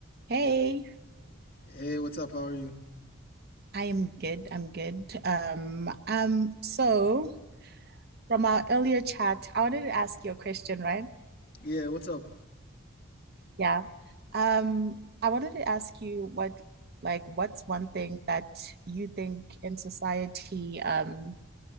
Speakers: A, on the right; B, on the left.
A: Hey,
B: Hey, what's up? How are you?
A: I am good. I'm good. Um, um, so from our earlier chat, I wanted to ask you a question, right?
B: Yeah, what's up?
A: Yeah. Um, I wanted to ask you what, like, what's one thing that you think in society, um,